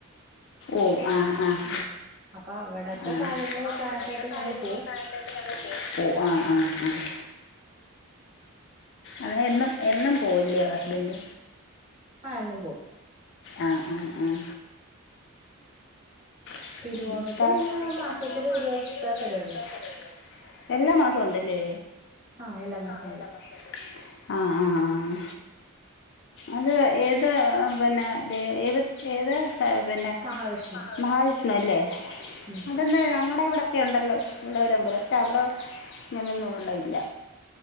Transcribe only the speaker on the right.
അപ്പൊ അവിടത്തെ
കാര്യങ്ങൾ
നോക്കാനൊക്കെ
ആയിട്ട്
ഞങ്ങൾ പോവും
ആഹ്എന്നും പോകും
തിരുവോണോട്ട് പിന്നെ മാസത്തില് ഒരു ദിവസത്തെ പരിപാടിയാ
ആ മാസവും
ഉണ്ട്
മഹാവിഷ്ണു
ഉം